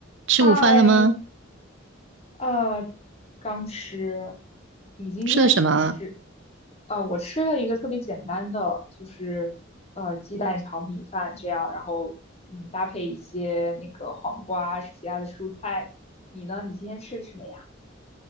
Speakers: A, on the right; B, on the left.
A: 吃午饭了吗？
B: 嗨，呃，刚吃，你今天你吃，
A: 吃了什么啊
B: 呃，我吃了一个特别简单的，就是呃鸡蛋炒米饭这样，然后嗯搭配一些那个黄瓜其他的蔬菜。你呢？你今天吃的什么呀？